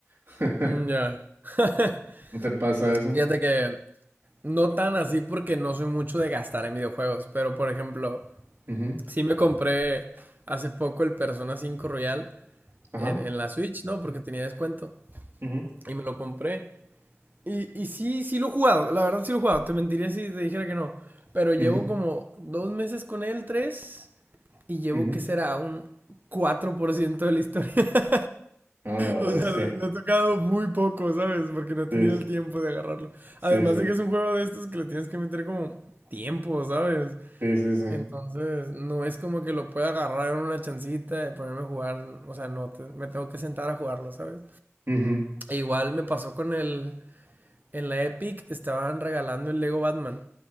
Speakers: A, on the right (about 55°); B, on the right (about 35°).
A: <laughs>
B: Mm, ya. <laughs>
A: ¿No te pasa eso?
B: Fíjate que no tan así porque no soy mucho de gastar en videojuegos, pero por ejemplo,
A: Ujú,
B: sí me compré hace poco el Persona 5 Royal
A: Ajá.
B: en, en la Switch, ¿no? Porque tenía descuento.
A: ujú,
B: Y me lo compré. Y, y sí, sí lo he jugado, la verdad sí lo he jugado, te mentiría si te dijera que no. Pero llevo
A: ujú,
B: como dos meses con él, tres, y llevo
A: ujú.
B: que será un 4% de la historia. <laughs>
A: A la
B: O
A: bestia.
B: sea, lo, lo he tocado muy poco, ¿sabes? Porque no he tenido
A: Sí,
B: el tiempo de agarrarlo.
A: sí,
B: Además
A: sí,
B: de que es un juego de estos que le tienes que meter como tiempo, ¿sabes?
A: sí, sí, sí.
B: Entonces, no es como que lo pueda agarrar en una chancita y ponerme a jugar. O sea, no, te- me tengo que sentar a jugarlo, ¿sabes?
A: Ujú,
B: E igual me pasó con el en la Epic estaban regalando el Lego Batman.